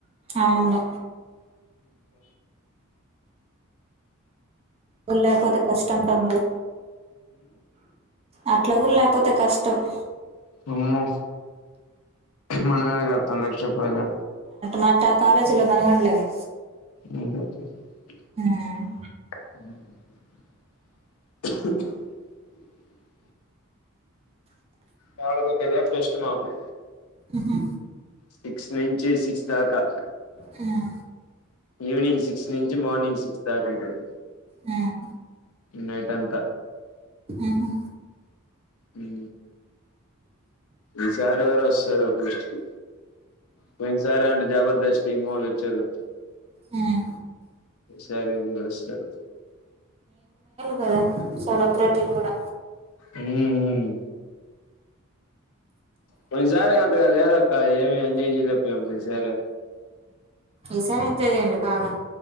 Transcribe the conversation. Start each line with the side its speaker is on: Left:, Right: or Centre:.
Right: అవును. ఉండకపోతే కష్టం తమ్ముడు అట్లా కూడా లేపోతే కష్టం <inaudible>
Left: అమ్మో మనమేడ కడతాం లక్ష రూపాయలు
Right: మాట కాలేజీలో మనం ఉండలేము
Left: ఎంగదు తి
Right: ఉమ్
Left: <unintelligible> నాలుగుకుదే ఫష్ట మాకు
Right: ఉహు
Left: సిక్స్ నుంచి సిక్స్ దాకా
Right: హ్మ్.
Left: ఈవినింగ్ సిక్స్ నుంచి మార్నింగ్ సిక్స్ దాక ఉంటది
Right: హ్మ్.
Left: నైట్ అంత
Right: ఉహు
Left: ఉం ఈసారెవరోస్తారో పోస్ట్ కీ పోయినసరీ ఉంటే జబర్దస్త్ టీం వాల్లు వచ్చారు
Right: హ్మ్.
Left: సారి ఉన్న వస్తారు
Right: సలా సెలబ్రిటీలు కూడా
Left: ఉం ఉమ్ పోయిన్సారీ అంతగా లేద ఏమి ఎంజాయ్ చేయలేకపోయినం ఈ సారి
Right: ఈసారి ఎంజాయ్ చేయడి బాగా